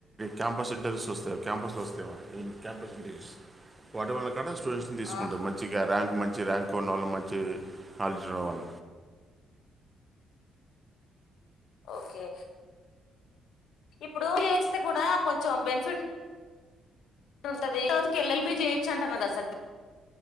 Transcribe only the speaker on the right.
క్యాంపస్ ఇంటర్స్ వస్తా క్యాంపస్లో వస్తేవారు క్యాంపస్ ఇంటర్ీస్ వాటి వల్ల కూడా స్టూడెంట్స్ తీసుకుంటారు
మంచిగా ర్యాంక్ మంచి ర్యాంక్ ఉన్న వల్ల మంచి ఉన్న వాళ్ళు